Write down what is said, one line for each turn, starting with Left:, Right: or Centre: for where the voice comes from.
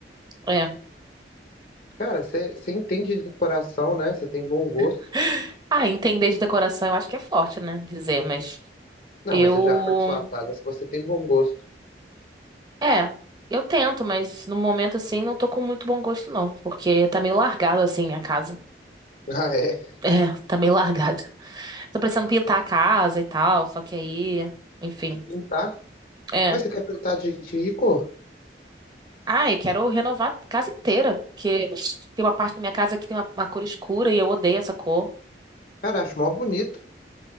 Right: É.
Left: Cara, você entende de decoração, né? Você tem bom gosto.
Right: <laughs> Ah, entender de decoração eu acho que é forte, né? Dizer, mas
Left: Não,
Right: eu.
Left: mas eu já fui sua praga se você tem bom gosto.
Right: É, eu tento, mas no momento assim não tô com muito bom gosto, não. Porque tá meio largado assim minha casa.
Left: <laughs> Ah, é?
Right: É, tá meio <laughs> largado. Tô precisando pintar a casa e tal, só que aí. Enfim.
Left: Pintar?
Right: É.
Left: Mas você quer pintar de, de que cor?
Right: Ah, eu quero renovar a casa inteira, porque tem uma parte da minha casa que tem uma, uma cor escura e eu odeio essa cor.
Left: Cara, acho mó bonito.